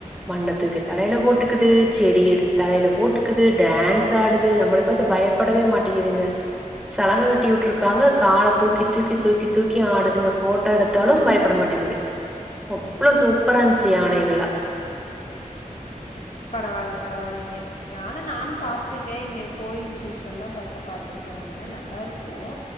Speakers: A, in the centre; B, on the left.
A: மண்ண தூக்கி தலைல போட்டுக்குது. செடி எடுத்து தலைல போட்டுக்குது. டான்ஸ் ஆடுது. நம்மள பாத்து பயப் படவே மாட்டேங்குதுங்க சலங்க கட்டி உட்ருக்காங்க கால தூக்கி தூக்கி தூக்கி தூக்கி ஆடுதுங்க ஃபோட் டோ எடுத்தாலு பயப்பட மாட்டிங்குது. அவ்ளோ சூப்பரா இந்ச்சு யானைகல்லா
B: பரவால்ல பரவா இல்லைங்க யான நானு பாத்துருக்கே. இங்கே கோயில் விசேஷொ எல்லா பக்க பாத்துருக்கேங்க அ நல்லா இருக்கு